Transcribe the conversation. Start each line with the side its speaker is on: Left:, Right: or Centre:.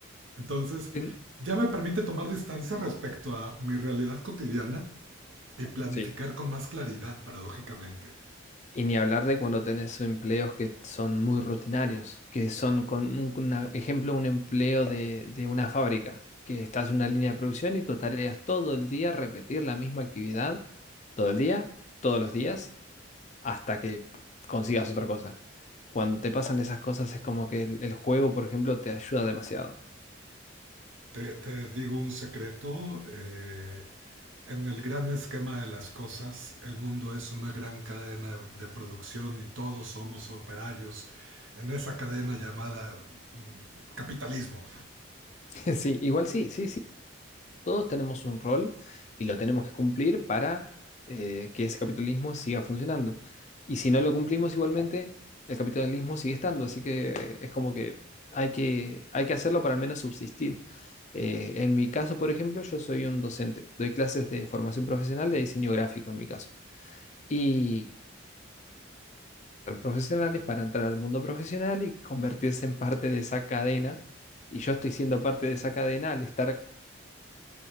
Right: entonces,
Left: En-
Right: ya me permite tomar distancia respecto a mi realidad cotidiana y planificar
Left: Sí,
Right: con más claridad, paradójicamente.
Left: Y ni hablar de cuando tenés empleos que son muy rutinarios, que son, con un una- ejemplo, un empleo de, de una fábrica, que estás en una línea de producción y tu tarea es todo el día repetir la misma actividad, todo el día, todos los días, hasta que consigas otra cosa. Cuando te pasan esas cosas es como que el, el juego, por ejemplo, te ayuda demasiado.
Right: Te, te digo un secreto, eh, en el gran esquema de las cosas, el mundo es una gran cadena de producción y todos somos operarios en esa cadena llamada mm, capitalismo.
Left: <laughs> Sí, igual sí, sí, sí. Todos tenemos un rol y lo tenemos que cumplir para eh, que ese capitalismo siga funcionando. Y si no lo cumplimos igualmente, el capitalismo sigue estando, así que es como que hay que, hay que hacerlo para al menos subsistir. Eh, en mi caso, por ejemplo, yo soy un docente, doy clases de formación profesional de diseño gráfico en mi caso. Y ser profesionales para entrar al mundo profesional y convertirse en parte de esa cadena. Y yo estoy siendo parte de esa cadena al estar,